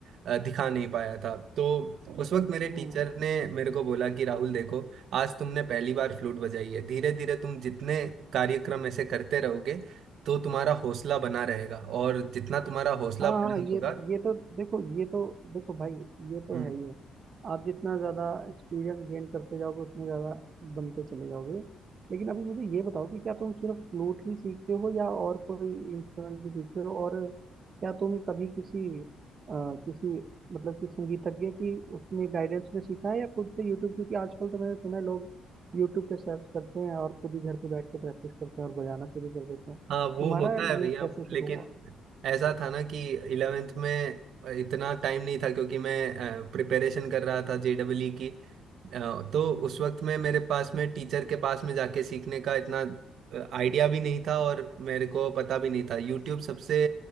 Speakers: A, on the right (about 70°); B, on the right (about 50°).
A: अ, दिखा नहीं पाया था तो उस वक्त मेरे
B: हम्म
A: टीचर ने मेरे को बोला कि राहुल देखो आज तुमने पहली बार फ्लूट बजाई है धीरे धीरे तुम जितने कार्यक्रम ऐसे करते रहोगे तो तुम्हारा हौसला बना रहेगा और जितना तुम्हारा हौसला
B: हाँ
A: बुलंद
B: हाँ ये
A: होगा
B: ये तो देखो ये तो देखो भाई ये तो
A: हम्म
B: है ही है आप जितना ज़्यादा एक्सपीरियंस गेन करते जाओगे उतने ज़्यादा बनते चले जाओगे लेकिन अभी मुझे ये बताओ कि क्या तुम सिर्फ फ्लूट ही सीखते हो या और कोई इंस्ट्रूमेंट भी सीखते हो और क्या तुम कभी किसी अ, किसी मतलब कि संगीतज्ञ की उसमें गाइडेंस में सीखा है या खुद से यूट्यूब क्योंकि आजकल तो मैंने सुना है लोग यूट्यूब पे सर्च करते हैं और खुद ही घर पे बैठ के प्रैक्टिस करते हैं और बजाना शुरू कर देते हैं
A: हाँ वो
B: तुम्हारा
A: होता
B: ये
A: है भैया
B: कैसे
A: लेकिन
B: शुरू हुआ
A: ऐसा था ना कि इलेवेंथ में इतना टाइम नहीं था क्योंकि मैं प्रिपरेशन कर रहा था जेडब्ल्यू की अ, तो उस वक्त में मेरे पास में टीचर के पास में जाके सीखने का इतना आइडिया भी नहीं था और मेरे को पता भी नहीं था यूट्यूब सबसे